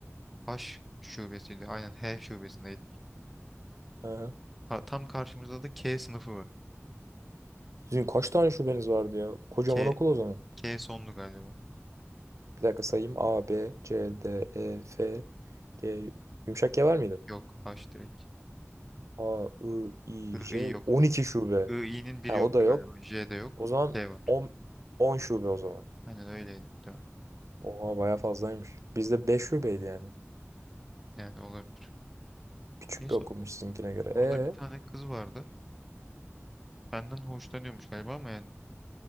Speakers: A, in the centre; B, on the right.
A: H şubesiydi. Aynen H şubesindeydi.
B: Aha.
A: Ha, tam karşımızda da K sınıfı var.
B: Sizin kaç tane şubeniz vardı ya? Kocaman
A: K,
B: okul o zaman.
A: K sonlu galiba.
B: Bir dakika sayayım. A, B, C, D, E, F, G. Yumuşak G var mıydı?
A: Yok H direkt.
B: A, I, I,
A: I,
B: J.
A: I yok.
B: on iki şube.
A: I, I'nin
B: Ha
A: biri yoktu
B: o da yok.
A: galiba. J de yok.
B: O zaman
A: K var.
B: on on şube o zaman.
A: Aynen öyleydi muhtemelen.
B: Oha baya fazlaymış. Bizde 5 şubeydi yani.
A: Yani olabilir.
B: Küçük
A: Neyse
B: bir okulmuş sizinkine göre.
A: orada
B: E,
A: bir tane kız vardı. Benden hoşlanıyormuş galiba ama yani